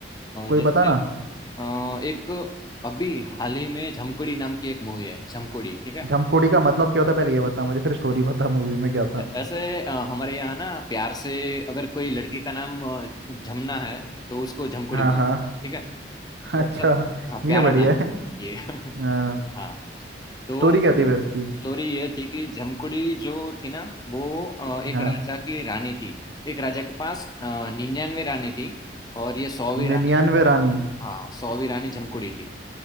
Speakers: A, on the right (about 75°); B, on the left (about 20°).
A: कोई
B: जैसे
A: बता ना
B: अ, एक अभी हाल ही में झमकोड़ी नाम की एक मूवी है झमकोड़ी ठीक है
A: झमकोड़ी का मतलब क्या होता है पहले ये बता मुझे फिर स्टोरी बता मूवी में क्या था
B: ऐसे अ, हमारे यहाँ ना प्यार से अगर कोई लड़की का नाम अ, झमना है तो उसको झमकोड़ी
A: हाँ
B: बोलते
A: हाँ
B: हैं ठीक है
A: <laughs>
B: तो
A: अच्छा
B: ऐसा हाँ
A: ये
B: प्यारा
A: बढ़िया
B: नाम है
A: है
B: ये <laughs>
A: हाँ
B: हाँ तो
A: स्टोरी क्या थी फिर इसकी
B: स्टोरी ये थी कि जमकुड़ी जो थी ना वो अ, एक
A: हाँ
B: राजा की रानी थी एक राजा के पास निन्यानवे रानी थी और ये सौवीं रानी
A: निन्यानवे रानी
B: हाँ सौवीं रानी जमकुड़ी थी